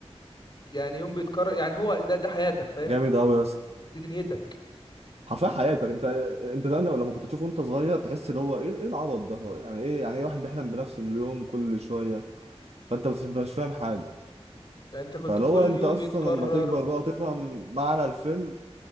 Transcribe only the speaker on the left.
يعني يوم بيتكرر يعني هو ده ده حياتك فاهم
دي دنيتك
يعني انت كنت
كل
يوم
بيتكرر